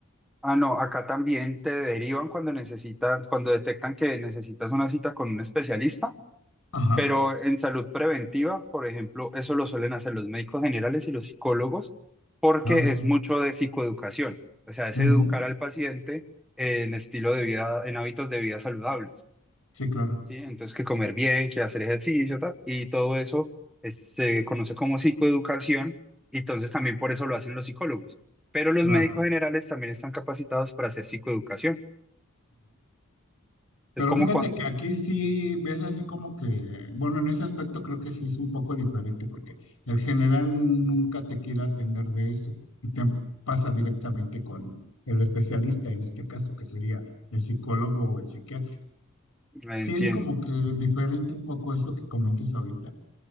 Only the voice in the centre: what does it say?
Ah, no, acá también te derivan cuando necesitan, cuando detectan que necesitas una cita con un especialista
Pero en salud preventiva, por ejemplo, eso lo suelen hacer los médicos generales y los psicólogos porque
es mucho de psicoeducación. O sea, es
educar al paciente en estilo de vida, en hábitos de vida saludables,
¿sí? Entonces, que comer bien, que hacer ejercicio, ta, y todo eso es- se conoce como psicoeducación y entonces también por eso lo hacen los psicólogos. Pero los
médicos generales también están capacitados para hacer psicoeducación.
Es como
cuando...
Entiendo,